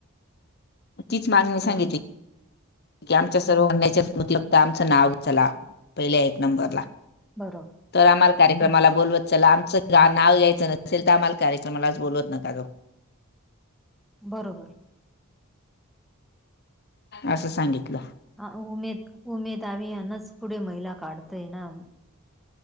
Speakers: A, on the left (about 50°); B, in the centre.
A: तीच मागणी सांगितली.
B: बरोबर
A: की आमच्या सर्व म्हणण्याच्या मतलब तर आमचं नाव चला पहिल्या एक नंबरला
B: बरोबर
A: तर आम्हाला कार्यक्रमाला
B: हम्म
A: बोलवत चला आमचं नाव यायचं नसेल तर, आम्हाला कार्यक्रमाला बोलवत नका जावू.
B: बरोबर
A: असं सांगितलं.
B: आ उमेद उमेद हवी यांनाच पुढे महिला काढतय ना